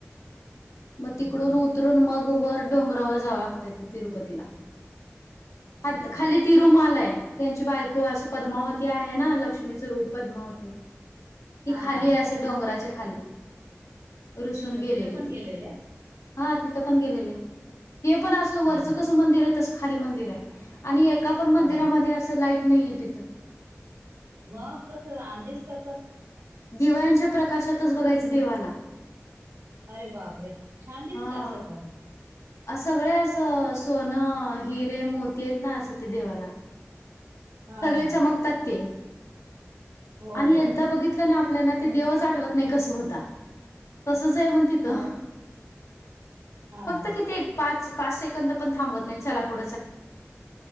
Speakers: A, on the left; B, on the right.
A: म
B: हम्म
A: तिकडून उतरून मग वर डोंगरावर जावं लागतय ते तिरुपतीला.
B: अच्छा
A: आद् खाली तिरुमालाय त्यांची बायको असं पद्मावती आहे ना लक्ष्मीच रूप पद्मावती. ती
B: हा
A: खालीय
B: हा
A: असं डोंगराच्या खाली रुसून
B: मग
A: गेलेली
B: तिथं पण
A: ती.
B: गेलेले
A: हा तिथं पण गेलेल्या, ते पण असं
B: हम्म
A: वरच कसं मंदिराय तसं खाली मंदिराय् आणि एकापण मंदिरामध्ये
B: हा
A: असं लाईट नईये तिथ.
B: म कसं आ दिसतं कस्
A: दिव्यांच्या प्रकाशातच बघायचं देवाला.
B: अरे बापरे. छान
A: हा.
B: दिसत असेल पण
A: अस होय असं सोनं, हिरे, मोतीयत ना असं ते देवाला
B: हा
A: सगळे
B: हा
A: चमकतात ते
B: हो
A: अणि
B: हो
A: एकदा बघित -लना आपल्याला ते देवच आठवत नई कसं होता. तसचय म्हण तिथं.
B: हो हा
A: फक्त किती एक पाच पाच सेकंद पण थांबवत नईत चला पुढं च्